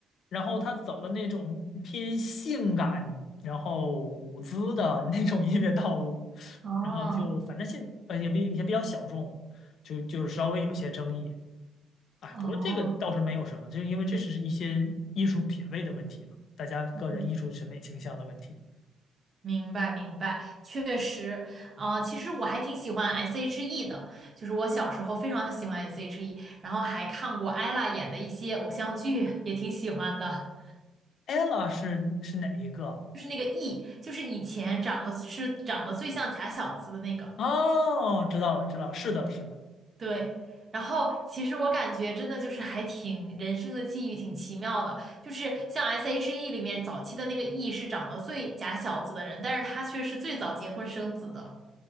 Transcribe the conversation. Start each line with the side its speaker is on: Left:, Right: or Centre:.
Left: 然后他走的那种偏性感，然后舞姿的 <laughs> 那种音乐道路，
Right: 哦
Left: 然后就反正现呃也比也比较小众，就就是稍微有些争议，哎，
Right: 哦，
Left: 不过这个倒是没有什么，就是因为这是一些艺术品味的问题嘛，大家个人艺术审美倾向的问题。
Right: 嗯，明白明白，确实。呃，其实我还挺喜欢 S.H.E 的，就是我小时候非常喜欢 S.H.E，然后还看过 ella 演的一些偶像剧，也挺喜欢的。
Left: Ella 是是哪一个？
Right: 就是那个 E，就是以前长得是长得最像假小子的那个。
Left: 哦，知道了，知道了，是的，是的，
Right: 对，然后其实我感觉真的就是还挺人生的际遇挺奇妙的，就是像 SHE 里面早期的那个 E 是长得最假小子的人，但是他却是最早结婚生子的，